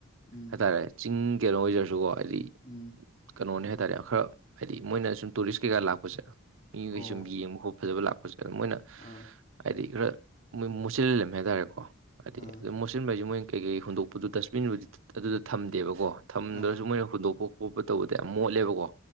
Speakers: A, on the left (about 40°); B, on the right (about 70°).
A: ꯎꯝ
B: ꯍꯥꯏꯇꯥꯔꯦ ꯆꯤꯡ ꯀꯩꯅꯣ ꯑꯣꯏꯖꯔꯁꯨꯀꯣ ꯍꯥꯏꯗꯤ
A: ꯎꯝ
B: ꯀꯩꯅꯣꯅꯦ ꯍꯥꯏꯇꯥꯔꯦ ꯈꯔ ꯍꯥꯏꯗꯤ ꯃꯣꯏꯅ ꯁꯨꯝ ꯇꯨꯔꯤꯁ ꯀꯩꯀꯥ ꯂꯥꯛꯄꯁꯦ ꯃꯤꯈꯩ
A: ꯑꯣ
B: ꯁꯨꯝ ꯌꯦꯡꯕ ꯈꯣꯠ ꯐꯖꯕ ꯂꯥꯛꯄ ꯍꯧꯖꯤꯛ ꯃꯣꯏꯅ
A: ꯑꯥ
B: ꯍꯥꯏꯗꯤ ꯈꯔꯥ ꯃꯣꯠꯆꯜꯂꯝꯃꯦ ꯍꯥꯏꯇꯥꯔꯦꯀꯣ ꯍꯥꯏꯗꯤ
A: ꯑꯥ
B: ꯑꯗꯨꯝ ꯃꯣꯠꯁꯤꯟꯕ ꯍꯥꯏꯁ ꯃꯣꯏ ꯀꯩꯀꯩ ꯍꯨꯟꯗꯣꯛꯄꯗꯨ ꯗꯁꯕꯤꯟꯕꯨꯗꯤ ꯑꯗꯨꯗ ꯊꯝꯗꯦꯕꯀꯣ ꯊꯝꯗ꯭ꯔꯁꯨ
A: ꯑꯥ
B: ꯃꯣꯏꯅ ꯍꯨꯟꯗꯣꯛꯄ ꯈꯣꯠꯄ ꯇꯧꯕꯗ ꯌꯥꯝ ꯃꯣꯠꯂꯦꯕꯀꯣ